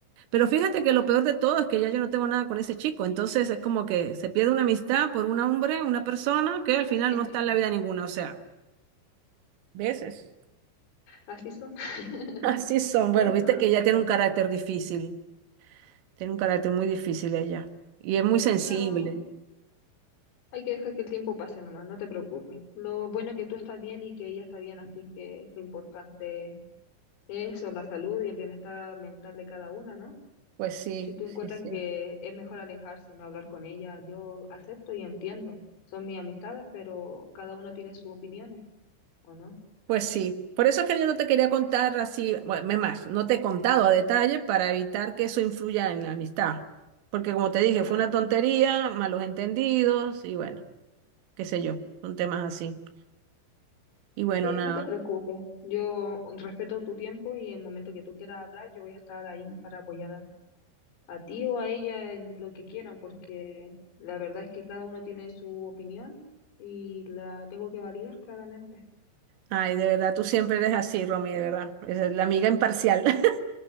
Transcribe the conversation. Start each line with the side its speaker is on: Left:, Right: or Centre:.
Right: Pero fíjate que lo peor de todo es que ya yo no tengo nada con ese chico. Entonces es como que se pierde una amistad por un hombre, una persona que al
Left: <laughs>
Right: final no está en la vida ninguna. O sea, veces.
Left: así son. <laughs>
Right: <laughs> Así son.
Left: Bueno,
Right: Bueno, viste que ella tiene un carácter difícil. Tiene un carácter muy difícil ella y es muy
Left: <laughs>
Right: sensible.
Left: no. Hay que dejar que el tiempo pase nomás, no te preocupes. Lo bueno es que tú estás bien y que ella está bien, así que lo importante es eso, la salud y el bienestar mental de cada una, ¿no?
Right: Pues sí,
Left: Si tú encuentras
Right: sí, sí.
Left: que es mejor alejarse y no hablar con ella, yo acepto y entiendo. Son mis amistades, pero cada uno tiene sus opiniones, ¿o no?
Right: Pues sí. Por eso es que yo no te quería contar así, bueno, es más, no te he contado a detalle para evitar que eso influya en la amistad. Porque como te dije,
Left: Claro.
Right: fue una tontería, malos entendidos y bueno, qué sé yo, son temas así. Y bueno,
Left: Sí,
Right: nada.
Left: no te preocupes. Yo respeto tu tiempo y en el momento que tú quieras hablar, yo voy a estar ahí para apoyar a ti o a ella en lo que quieran, porque la verdad es que cada uno tiene su opinión y la tengo que validar claramente.
Right: Ay, de verdad, tú siempre eres así, Romy, de verdad. Esa Es la amiga imparcial. <laughs>